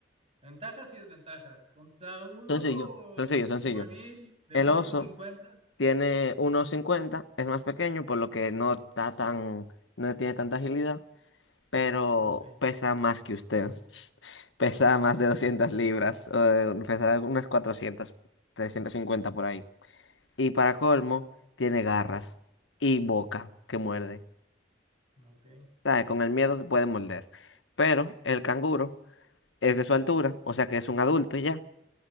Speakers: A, on the right; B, on the left.
A: Ventajas y desventajas. Contra un
B: Sencillo,
A: oso
B: sencillo, sencillo.
A: juvenil de
B: El
A: un metro
B: oso.
A: cincuenta.
B: Tiene uno cincuenta es más pequeño, por lo que no está tan, no tiene tanta agilidad, pero
A: Ok,
B: pesa más que usted. <laughs> Pesa más
A: así
B: de 200
A: es.
B: libras, o de- pesa unas 400, cincuenta por ahí. Y para colmo, tiene garras y boca que muerde.
A: Ok,
B: ¿Sabe? Con el miedo se puede morder. Pero el canguro es de su altura, o sea que es un adulto ya,